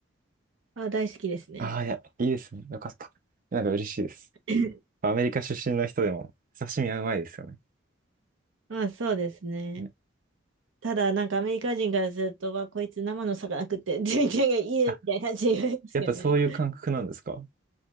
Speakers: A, on the right; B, on the right.
A: あ、大好きですね。
B: ああー、いや、いいですね。よかった。なんか嬉しいです。
A: <laughs>
B: アメリカ出身の人でも刺身はうまいですよね。
A: まあ、そうですね。
B: ね
A: ただ、なんかアメリカ人からすると、わ、こいつ生の魚食って、自分がいいねみたいな感じで言われますけどね。
B: あ、やっぱそういう感覚なんですか